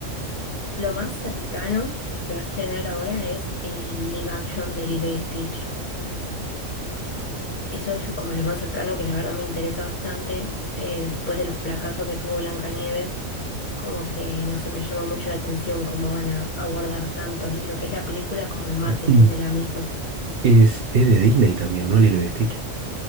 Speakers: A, on the left; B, on the right.
A: Lo más cercano que se va a estrenar ahora es el live action de Lilo y Stitch. Eso es como lo más cercano que la verdad me interesa bastante. Eh, después del fracaso que tuvo Blancanieves, como que no se me llama mucho la atención cómo van a abordar tanto lo que es la película como el marketing
B: Mm.
A: de la misma.
B: Es, es de Disney también, ¿no? Lilo y Stitch.